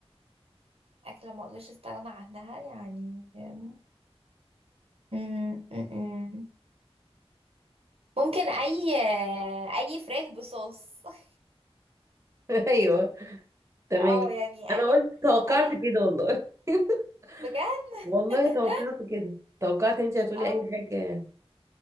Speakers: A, on the right; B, on the right.
A: أكلة ما أقدرش أستغنى عنها يعني آم، أم، أم، أم. ممكن أي آه، أي فراخ بصوص <laughs>
B: <laughs> ايوه تمام
A: اه يعني
B: انا
A: أي
B: قلت توقعت
A: أي
B: كده والله <laughs>
A: بجد
B: والله
A: <laughs>
B: توقعت كده توقعت انت هتقولي
A: اه
B: اي حاجه